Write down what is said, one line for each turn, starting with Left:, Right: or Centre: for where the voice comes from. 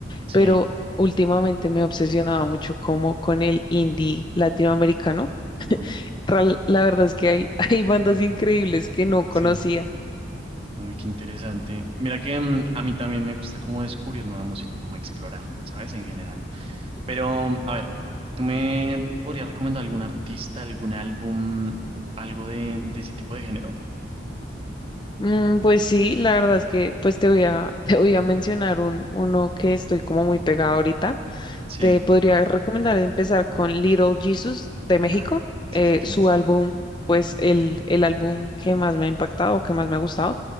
Right: Sí,
Left: pero últimamente me obsesionaba mucho como con el indie latinoamericano.
Right: uy,
Left: Ral- La verdad es que hay, <laughs> hay bandas increíbles que no conocía.
Right: sí, uy, qué interesante. Mira que mm, a mí también me gusta como descubrir nueva música, como explorar, ¿sabes? En general. Pero, a ver, ¿tú me podrías recomendar algún artista, algún álbum, algo de, de ese tipo de género?
Left: Mm, pues sí, la verdad es que pues te voy a, <laughs> te voy a mencionar un, uno que estoy como muy pegada ahorita.
Right: Sí,
Left: Te podría recomendar empezar con Little Jesus de México.
Right: ah, sí
Left: Eh,
Right: sé quién
Left: su
Right: es.
Left: álbum, pues el, el álbum que más me ha impactado, que más me ha gustado,